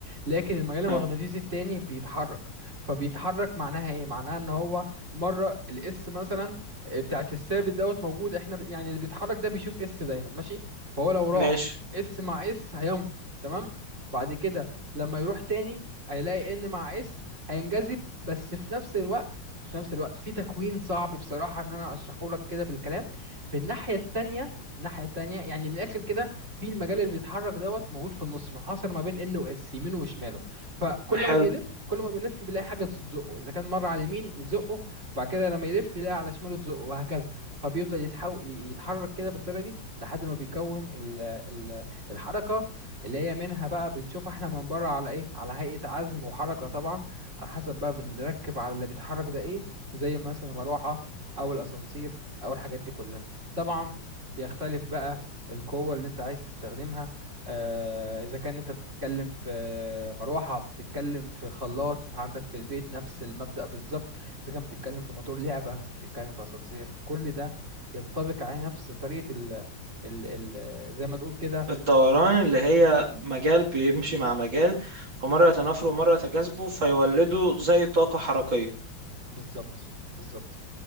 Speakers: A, on the right (about 35°); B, on the right (about 70°).
A: لكن المجال المغناطيسي
B: حلو
A: التاني بيتحرك فبيتحرك معناها ايه معناها ان هو مره الاس مثلا آه، بتاعت الثابت دوت موجود احنا ب... يعني اللي بيتحرك ده بيشوف اس دايما ماشي فهو لو راح
B: ماشي
A: اس مع اس هينفر تمام بعد كده لما يروح تاني هيلاقي ان مع اس هينجذب بس في نفس الوقت في نفس الوقت في تكوين صعب بصراحة ان انا اشرحه لك كده بالكلام في الناحية التانية الناحية التانية يعني من الآخر كده في المجال اللي بيتحرك دوت موجود في النص منحصر ما بين إن وإس يمينه وشماله فكل
B: حلو
A: ما بيلف كل ما بيلف بيلاقي حاجة تزقه إذا كان مرة على اليمين يزقه بعد كده لما يلف يلاقي على شماله تزقه وهكذا فبيفضل يتحو... يتحرك كده بالطريقة دي لحد ما بيكون ال... ال... الحركة اللي هي منها بقى بنشوفها احنا من بره على ايه على هيئة عزم وحركة طبعا على حسب بقى بنركب على اللي بيتحرك ده ايه زي مثلا المروحة او الاسانسير او الحاجات دي كلها طبعا بيختلف بقى القوة اللي انت عايز تستخدمها آه اذا كان انت بتتكلم في مروحة بتتكلم في خلاط عندك في البيت نفس المبدأ بالظبط اذا كان بتتكلم في موتور لعبة بتتكلم في اسانسير كل ده ينطبق على نفس طريقة ال ال ال زي ما تقول كده
B: الدوران اللي هي مجال بيمشي مع مجال فمرة يتنافروا ومرة يتجاذبوا فيولدوا زي طاقة حركية
A: بالظبط بالظبط